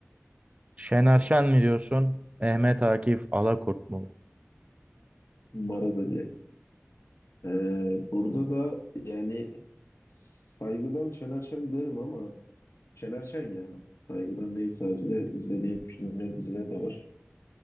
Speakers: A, on the right; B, on the left.
A: Şener Şen mi diyorsun? Mehmet Akif Alakurt mu?
B: Maraz Ali. Ee, burada da yani saygıdan Şener Şen derim ama Şener Şen ya. Saygıdan değil sadece de izlediğim filmler, diziler de var.